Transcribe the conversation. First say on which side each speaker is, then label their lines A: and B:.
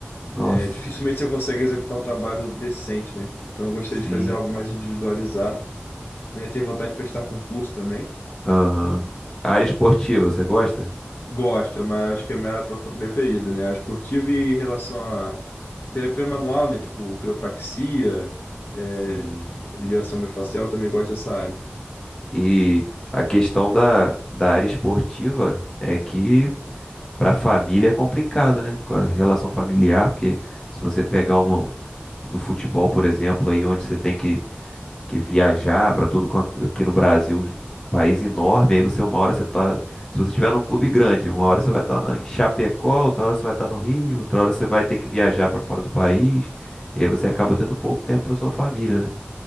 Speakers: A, on the left; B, on the left.
A: Nossa,
B: é, dificilmente você consegue executar um trabalho decente, né? Então eu gostaria
A: sim,
B: de fazer algo mais individualizado, né? Tenho vontade de prestar concurso também.
A: aham. A área esportiva, você gosta?
B: Gosto, mas acho que é a minha área prof- preferida, né? A esportiva e em relação a terapia manual, né? Tipo quiropraxia, é,
A: Sim.
B: liberação miofascial, eu também gosto dessa área.
A: E a questão da, da área esportiva é que para a família é complicado, né? Com a relação familiar, porque se você pegar uma, no futebol, por exemplo, aí onde você tem que que viajar para tudo quanto aqui no Brasil, país enorme, aí você uma hora você tá, se você estiver num clube grande, uma hora você vai estar em Chapecó, outra hora você vai estar no Rio, outra hora você vai ter que viajar para fora do país, e aí você acaba tendo pouco tempo para sua família, né?